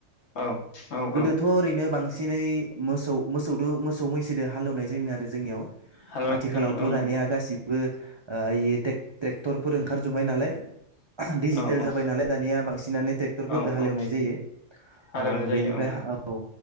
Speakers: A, on the left; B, on the right.
A: औ औ
B: गोदोथ'
A: औ
B: ओरैनो बांसिन एसे एनै मोसौ मोसौ मोसौ मैसोजों हालेवनाय जायोमोन आरो जोंनियाव आथिखालावथ
A: हालेवनाय जायोमोन औ
B: दानिया
A: नंगौ
B: गासिब बो ओ ट्रेक्टरफोर ओंखारजोबबाय नालाय दिजिटेल
A: औ औ
B: जाबाय नालाय दानिया बांसिनानो टेक्टरफोरजों
A: औ
B: हालेवनाय
A: औ
B: जायो
A: हालेवनाय
B: ओ
A: जायो
B: बेनिफ्राय
A: नंगौ
B: औ